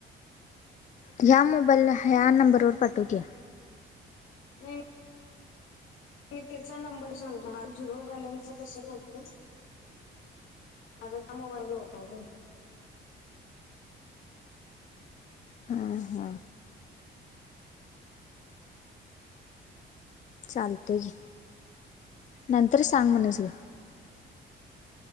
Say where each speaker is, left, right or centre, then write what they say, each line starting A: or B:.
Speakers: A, on the left (about 40°); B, on the left (about 90°).
A: ह्या मोबाईल ह्या नंबरवरर पाठवते
B: नाही मी त्याचा नंबर सांगतो झिरो बॅलन्स कस होतो माझाचा मोबाईल होपाय का
A: ह हा चालते घे नंतर सांग म्हणच घे